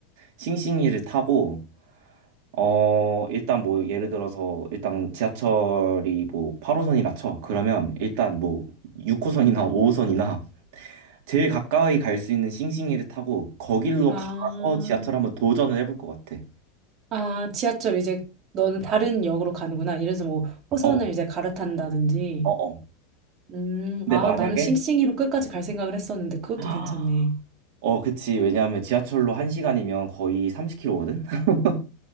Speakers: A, on the right (about 60°); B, on the right (about 35°).
A: 싱싱이를 타고 어 일단 뭐 예를 들어서 일단 지하철이 뭐 8호선이라 쳐. 그러면 일단 뭐 6호선이나 5호선이나 제일 가까이 갈 수 있는 싱싱이를 타고 거길로
B: 아,
A: 가서 지하철 한번 도전을 해볼 것 같아.
B: 아, 지하철 이제 너는 다른 역으로 가는구나. 이래서 뭐 호선을
A: 어,
B: 이제 갈아탄다든지.
A: 어, 어.
B: 음,
A: 근데
B: 아,
A: 만약에
B: 나는 싱싱이로 끝까지 갈 생각을 했었는데 그것도
A: <gasps>
B: 괜찮네.
A: 어, 그치. 왜냐하면 지하철로 1시간이면 거의 30km거든? <laughs>